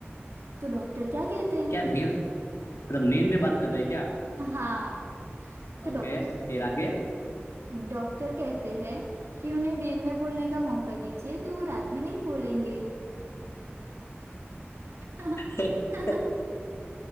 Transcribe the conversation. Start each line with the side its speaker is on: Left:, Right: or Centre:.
Right: तो डॉक्टर क्या कहते हैं
Left: क्या नींद मतलब नींद में बात कर रहे हैं क्या
Right: हाँ तो
Left: ओके
Right: डॉक्टर
Left: फिर आगे
Right: डॉक्टर कहते हैं कि उन्हें दिन में बोलने का मौका दीजिए तो वो रात में नहीं बोलेंगे <laughs>
Left: <laughs>
Right: पर